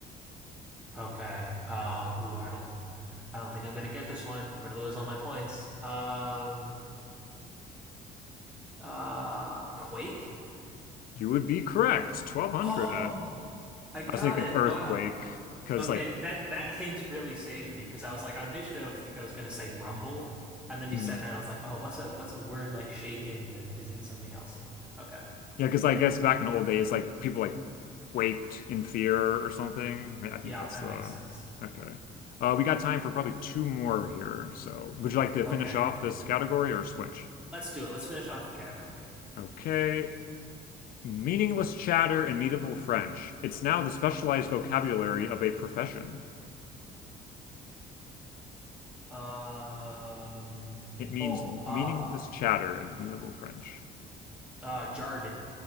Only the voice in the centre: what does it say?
Okay. Uh, ooh, I don't I don't think I'm gonna get this one. I'm gonna lose all my points. Um, uh, Quake?
Oh,
I got
it.
Wow.
Okay,
that that hint really saved me because I was like, initially I was think I was gonna say rumble, and then you
said that, and I was like, oh, what's a what's a word like shaking that is in something else? And okay,
yeah,
that
makes sense.
Okay,
let's do it. Let's finish off the category.
Um,
oh,
uh,
uh, jargon.